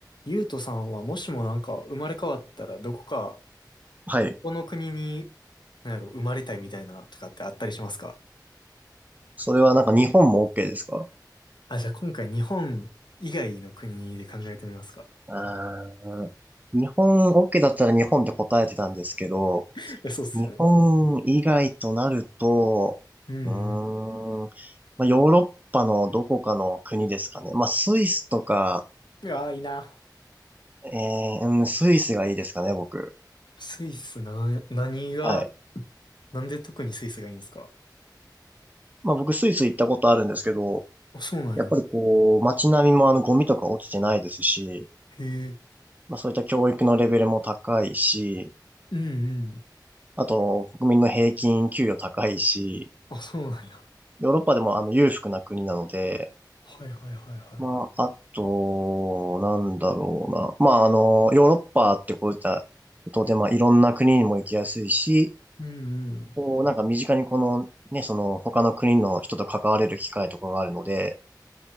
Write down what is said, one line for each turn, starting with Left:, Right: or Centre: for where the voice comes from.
Left: ゆうとさんはもしもなんか生まれ変わったらどこか、
Right: はい。
Left: どこの国に、なんやろ、生まれたいみたいなとかってあったりしますか
Right: それはなんか日本も OK ですか
Left: <laughs> あ、じゃあ今回日本以外の国で考えてみますか。
Right: あー日本 OK だったら日本で答えてたんですけど、
Left: <laughs> いや、そうっすよね。
Right: 日本以外となると、
Left: うんう
Right: うーん、まあ、ヨーロッパのどこかの国ですかね。まあ、スイスとか、
Left: ん。いやー、いいな。
Right: えー、うんスイスがいいですかね、僕。
Left: スイスな、何が、
Right: はい。
Left: なんで特にスイスがいいんですか
Right: まあ、僕スイス行ったことあるんですけど、
Left: あ、そうなんや。
Right: やっぱりこう、街並みもあのゴミとか落ちてないですし、
Left: へえ。
Right: まあ、そういった教育のレベルも高いし、
Left: うんうん。
Right: あと、国民の平均給与高いし、
Left: あ、そうなんや。
Right: ヨーロッパでもあの裕福な国なので、
Left: はいはいはいは
Right: まあ、あと、なんだろうな。まあ、あの、ヨーロッパってこういったことで、まあ、いろんな国にも行きやすいし、
Left: い。うんうん。
Right: こう、なんか身近にこの、ね、その、他の国の人と関われる機会とかがあるので、